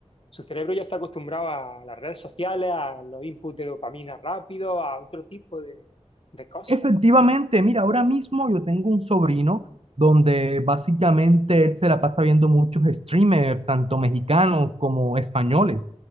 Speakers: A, on the left (about 50°); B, on the right (about 55°).
A: su cerebro ya está acostumbrado a las redes sociales, a los inputs de dopamina rápido, a otro tipo de, de cosas.
B: Efectivamente, mira, ahora mismo yo tengo un sobrino donde básicamente él se la pasa viendo muchos streamers, tanto mexicanos como españoles.